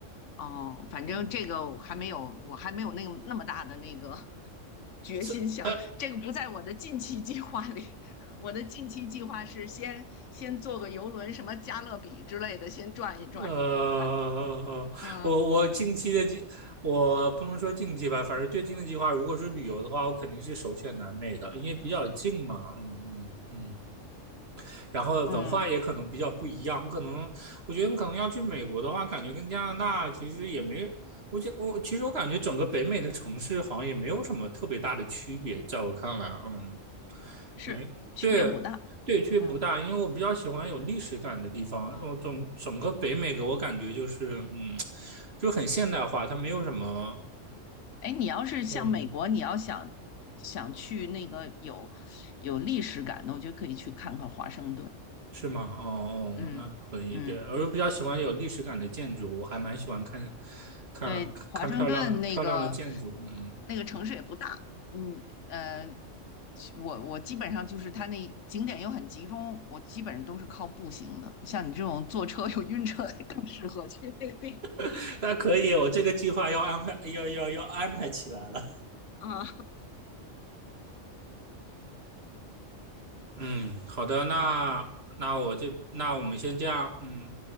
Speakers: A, on the left; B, on the right.
A: 哦，反正这个我还没有，
B: 嗯，
A: 我还没有那个那么大的那个 <laughs> 决心想，
B: 是呃
A: 这个不在我的近期计划里。我的近期计划是先先坐个游轮，什么加勒比之类的，先转一转。
B: 呃，
A: <laughs> 嗯
B: 我我近期的计，我不能说近期吧，反正最近的计划，如果是旅游的话，我肯定是首选南美的，因为比较近嘛。嗯嗯嗯然后文化也可能比较不一样。
A: 嗯。
B: 可能我觉得可能要去美国的话，感觉跟加拿大其实也没，我觉我其实我感觉整个北美的城市好像也没有什么特别大的区别，在我看来，嗯，
A: 是区别不大。
B: 没对。对，区别不大，
A: 嗯，
B: 因为我比较喜欢有历史感的地方。我整整个北美给我感觉就是，嗯，就很现代化，它没有什么，
A: 哎，你要是像美国，
B: 嗯，
A: 你要想想去那个有有历史感的，我觉得可以去看看华盛顿。
B: 是吗？哦哦，
A: 嗯嗯，
B: 那可以。对，我比较喜欢有历史感的建筑，我还蛮喜欢看，看看漂亮漂亮的建筑。
A: 对，华盛顿那个
B: 嗯，
A: 那个城市也不大。嗯呃，去我我基本上就是它那景点又很集中，我基本上都是靠步行的。像你这种坐车又晕车，更适合去那个地
B: <laughs> 那可以，我这个计划要安排，要要要安排起来了。
A: 方啊
B: 嗯，好的，那那我就那我们先这样。嗯，